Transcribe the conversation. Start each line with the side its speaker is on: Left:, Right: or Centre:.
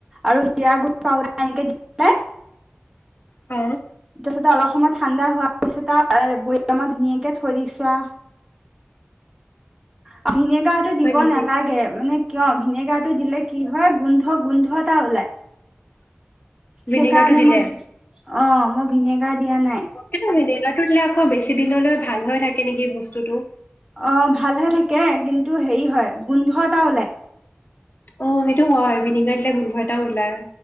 Right: আৰু জিৰা গুড়া এনেকে, দি পেলাই
Left: অ,
Right: তাৰপিছতে অলপ সময় ঠাণ্ডা হোৱাৰ পিছত আৰু বৈয়ামত মই ধুনীয়াকে থৈ দিছো আও। অ ভিনেগা টো দিব
Left: হয় নেকি?
Right: নালাগে মানে কিয় ভিনেগাৰটো দিলে কি হয় গোন্ধ গোন্ধ এটা ওলাই।
Left: ভিনেগাৰটো
Right: সেইকাৰণে
Left: দিলে?
Right: মই অঁ মই ভিনেগাৰ দিয়া নাই।
Left: কিন্তু ভিনেগাৰটো দিলে আকৌ বেছি দিনলৈ ভাল হৈ থাকে নেকি বস্তুটো।
Right: অ ভালহৈ থাকে কিন্তু হেৰি হয় গোন্ধ এটা ওলাই।
Left: অ সেইটো হয় ভিনেগাৰ দিলে গোন্ধ এটা ওলায়।